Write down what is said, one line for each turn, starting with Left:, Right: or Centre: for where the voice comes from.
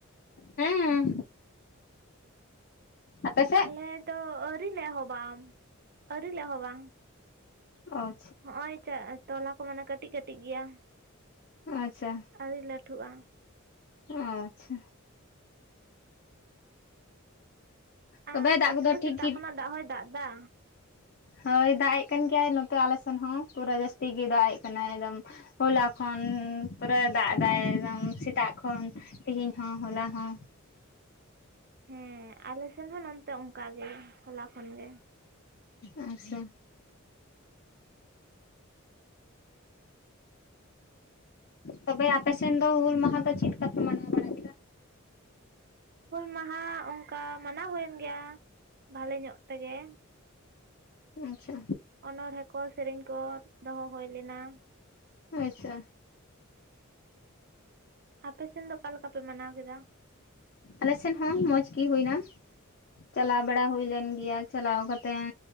Left: ᱦᱮᱸ ᱟᱯᱮ ᱥᱮᱫ
Right: ᱟᱞᱮ ᱫᱚ ᱟᱹᱣᱨᱤ ᱞᱮ ᱮᱦᱚᱵᱟ ᱟᱹᱣᱨᱤ ᱞᱮ ᱮᱦᱚᱵᱟ
Left: ᱚ
Right: ᱦᱚᱜᱚᱭ ᱪᱟᱜ ᱛᱚᱞᱟ ᱠᱚ ᱢᱟᱱᱮ ᱠᱟᱹᱴᱤᱡ ᱠᱟᱹᱴᱤᱡ ᱜᱮᱭᱟ
Left: ᱟᱪᱷᱟ
Right: ᱟᱣᱨᱤ ᱞᱟᱹᱴᱷᱩᱼᱟ
Left: ᱟᱪᱪᱷᱟ ᱛᱚᱵᱮ
Right: ᱟᱨ
Left: ᱫᱟᱜ
Right: ᱱᱚᱛᱮ
Left: ᱠᱚᱫᱚ
Right: ᱫᱚ
Left: ᱴᱷᱤᱠ
Right: ᱥᱮᱛᱟᱜ
Left: ᱜᱮ
Right: ᱠᱷᱚᱱᱟᱜ ᱫᱟᱜ ᱦᱚᱭ ᱫᱟᱜ ᱮᱫᱟ
Left: ᱦᱳᱭ ᱫᱟᱜ ᱮᱜ ᱠᱟᱱ ᱜᱮᱭᱟᱭ ᱱᱚᱛᱮ ᱟᱞᱮ ᱥᱮᱱ ᱦᱚ ᱯᱩᱨᱟᱹ ᱡᱟᱹᱥᱛᱤ ᱜᱮᱭ ᱫᱟᱜ ᱮᱜ ᱠᱟᱱᱟᱭ ᱮᱠᱫᱚᱢ ᱦᱚᱞᱟ ᱠᱷᱚᱱ ᱯᱩᱨᱟᱹ ᱫᱟᱜ ᱮᱫᱟᱭ ᱮᱠᱫᱚᱢ ᱥᱮᱛᱟᱜ ᱠᱷᱚᱱ ᱛᱮᱦᱮᱧ ᱦᱚᱸ ᱦᱚᱞᱟ ᱦᱚᱸ
Right: ᱦᱮ ᱟᱞᱮ ᱥᱮᱱ ᱦᱚᱸ ᱱᱚᱱᱛᱮ ᱚᱱᱠᱟ ᱜᱮ ᱦᱚᱞᱟ ᱠᱷᱚᱱ ᱜᱮ
Left: ᱟᱪᱪᱷᱟ ᱛᱚᱵᱮ ᱟᱯᱮ ᱥᱮᱱ ᱫᱚ ᱦᱩᱞ ᱢᱟᱦᱟ ᱫᱚ ᱪᱮᱫ ᱞᱮᱠᱟ ᱯᱮ ᱢᱟᱱᱟᱣ ᱵᱟᱲᱟᱭ
Right: ᱦᱩᱞ ᱢᱟᱦᱟ ᱚᱱᱠᱟ ᱢᱟᱱᱟᱣ ᱦᱩᱭᱮᱱ ᱜᱮᱭᱟ ᱵᱷᱟᱞᱮ ᱧᱚᱜ ᱛᱮᱜᱮ
Left: ᱟᱪᱷᱟ
Right: ᱚᱱᱚ ᱴᱷᱮᱠᱚ ᱥᱮᱨᱮᱧ ᱠᱚ ᱫᱚᱦᱚ ᱦᱩᱭ ᱞᱮᱱᱟ <inaudible>
Left: ᱟᱪᱪᱷᱟ
Right: ᱟᱯᱮᱥᱮᱱ ᱫᱚ ᱚᱠᱟ ᱞᱮᱠᱟ ᱯᱮ ᱢᱟᱱᱟᱣ ᱠᱮᱫᱟ
Left: ᱟᱞᱮᱥᱮᱫ ᱦᱚᱸ ᱢᱚᱸᱡᱽ ᱜᱤ ᱦᱩᱭ ᱮᱱᱟ ᱪᱟᱞᱟᱣ ᱵᱟᱲᱟ ᱦᱩᱭ ᱞᱮᱱ ᱜᱮᱭᱟ ᱪᱟᱞᱟᱣ ᱠᱟᱛᱮᱱ